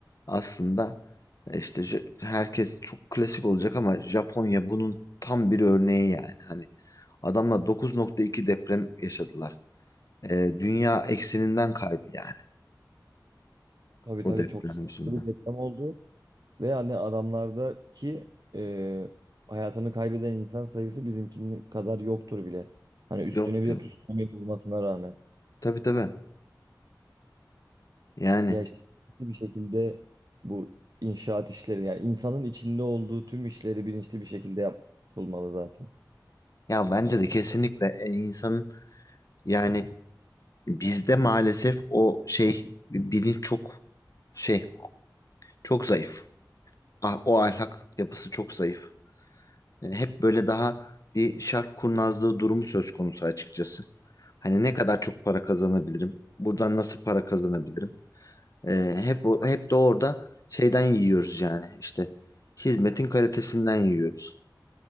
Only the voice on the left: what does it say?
aslında e, işte J- herkes çok klasik olacak ama Japonya bunun tam bir örneği yani. Hani adamlar 9.2 deprem yaşadılar. Ee, dünya ekseninden kaydı yani
o
deprem
yüzünden.
Yok
yok.
Tabii tabii. Yani
ya bence de kesinlikle e, insanın yani bizde maalesef o şey bilinç çok şey çok zayıf. Ah, o ahlak yapısı çok zayıf. E, hep böyle daha bir şark kurnazlığı durumu söz konusu açıkçası. Hani ne kadar çok para kazanabilirim? Buradan nasıl para kazanabilirim? Ee, hep o- hep de orada şeyden yiyoruz yani işte hizmetin kalitesinden yiyoruz.